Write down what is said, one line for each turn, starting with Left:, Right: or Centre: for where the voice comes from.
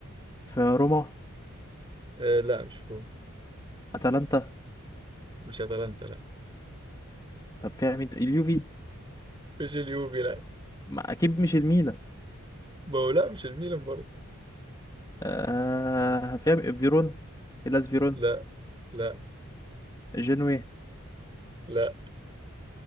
Left: في روما
Right: آه لا مش روم
Left: أتلانتا
Right: مش اتلانتا لا
Left: طب فيها مين ت- اليوفي
Right: مش اليوفي لا
Left: ما أكيد مش الميلان
Right: ما هو لا مش الميلان برضه
Left: آه فيها فيرون إلاس فيرون
Right: لا لا
Left: جنوي
Right: لا